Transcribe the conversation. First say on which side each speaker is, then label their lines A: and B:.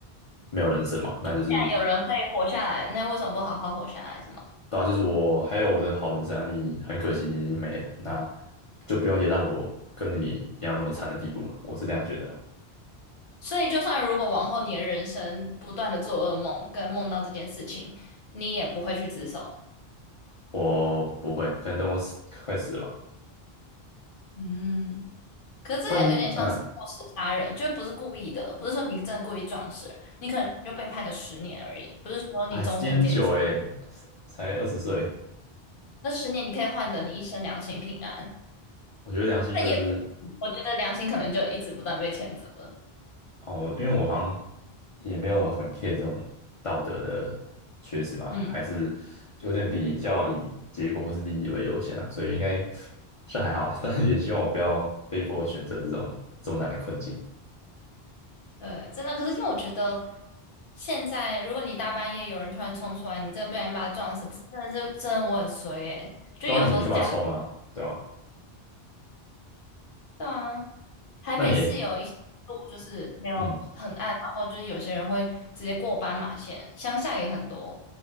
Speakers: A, on the left; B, on the left.
A: 没有人生嘛，那就是
B: 然有人可以活下来，那为什么不好好活下来，是吗？
A: 对啊，就是我还有我的好人生案例，很可惜你已经没了，那就不用也让我跟你一样那么惨的地步嘛，我是这样觉得啦。
B: 所以，就算如果往后你的人生不断的做噩梦，跟梦到这件事情，你也不会去自首。
A: 我不会，可能等我死快死了吧，
B: 嗯，可是这也有点像是过失杀人，
A: 不然嗯，
B: 就不是故意的，不是说你真的故意撞死人你可能就被判个十年而已，不是说你终身监禁。
A: 哎，你很久诶，才二十岁，
B: 那十年你可以换得你一生良心平安，
A: 我觉得良心就是
B: 但也不，我觉得良心可能就一直不断被谴责了。
A: 哦，因为我好像也没有很 care 这种道德的缺失嘛，
B: 嗯，
A: 还是有点比较以结果或是利益为优先啊，所以应该是还好啊 <laughs> 但是也希望我不要被迫选择这种这么难的困境。
B: 对，真的。可是因为我觉得现在，如果你大半夜有人突然冲出来，你真的不小心把他撞死，这真的是真的我很衰耶。就有时候是驾驶，
A: 对啊，你干嘛冲啊？对吧？
B: 对啊，台北市有一些路就是没有很暗，
A: 那你，嗯，
B: 然后就是有些人会直接过斑马线，乡下也很多。